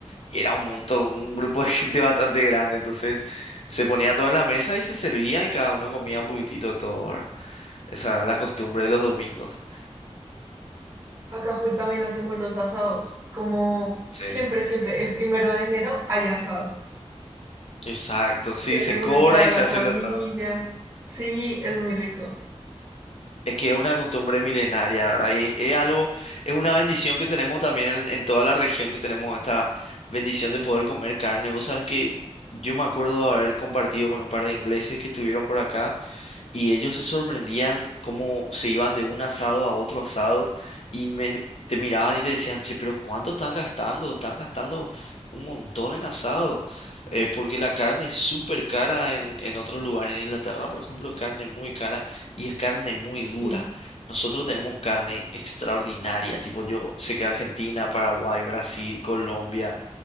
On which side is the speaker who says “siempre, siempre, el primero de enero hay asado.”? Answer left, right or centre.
Right